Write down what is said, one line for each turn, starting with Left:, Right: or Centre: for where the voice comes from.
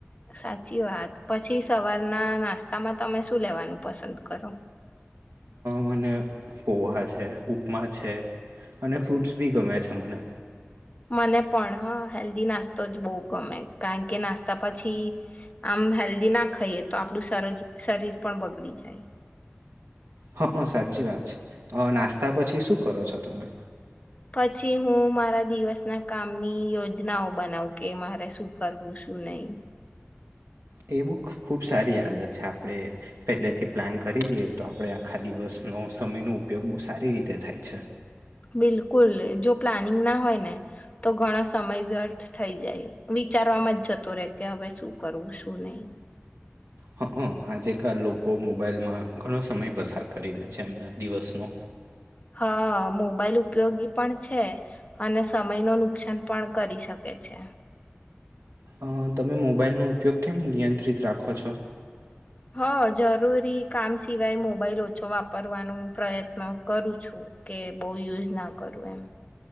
Left: સાચી વાત પછી સવારના નાસ્તામાં તમે શું લેવાનું પસંદ કરો
Right: મને પોહા છે ઉપમા છે અને ફ્રૂટ્સ બી ગમે છે મને
Left: મને પણ હ હેલ્ધી નાસ્તો જ બહુ ગમે કારણ કે નાસ્તા પછી આમ હેલ્ધી ના ખાઈએ તો આપણું શરીર પણ બગડી જાય
Right: હ સાચી વાત છે અ નાસ્તા પછી શું કરો છો તમે
Left: પછી હું મારા દિવસના કામની યોજનાઓ બનાવ કે મારે શું કરવું શું નહી
Right: એ બહુ ખુબ સારી આદત છે આપણે પહેલેથી પ્લાન કરી દઈએ તો આપણે આખા દિવસનો સમયનો ઉપયોગ બહુ સારી રીતે થાય છે
Left: બિલકુલ જો પ્લાનિંગ ના હોય ને તો ઘણો સમય વ્યર્થ થઈ જાય વિચારવામાં જ જતો રહેે કે હવે શું કરવું શું નહી
Right: હ હં આજેકાલ લોકો મોબાઈલમાં ઘણો સમય પસાર કરી દે છે એમના દિવસનો
Left: હા મોબાઈલ ઉપયોગી પણ છે અને સમય ન નુકસાન પણ કરી શકે છે
Right: અ તમે મોબાઈલનો ઉપયોગ કેમ નિયંત્રિત રાખો છો
Left: હ જરૂરી કામ સિવાય મોબાઈલ ઓછો વાપરવાનો પ્રયત્ન કરું છું કે બહુ યુઝ ના કરું એમ